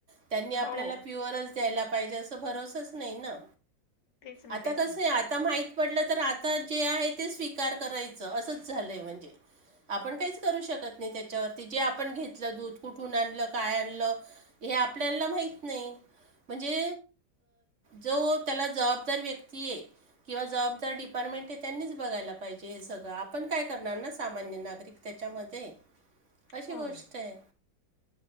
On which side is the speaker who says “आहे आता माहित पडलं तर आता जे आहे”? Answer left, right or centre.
Right